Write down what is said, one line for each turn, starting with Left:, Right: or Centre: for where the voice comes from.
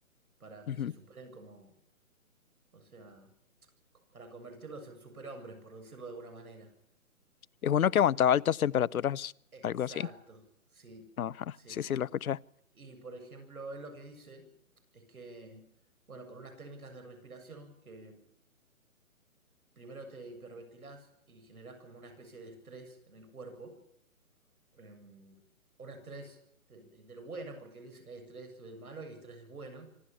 Right: para que
Left: Ujú.
Right: se superen como, o sea, para convertirlos en superhombres, por decirlo de alguna manera.
Left: Es uno que aguantaba altas temperaturas,
Right: Exacto,
Left: algo así.
Right: sí,
Left: No, Ajá,
Right: sí,
Left: sí,
Right: sí.
Left: sí, lo escuché.
Right: Y por ejemplo, él lo que dice es que, bueno, con unas técnicas de respiración, que primero te hiperventilás y generás como una especie de estrés en el cuerpo, eh, un estrés de, de- de lo bueno, porque él dice que hay estrés del malo y estrés del bueno.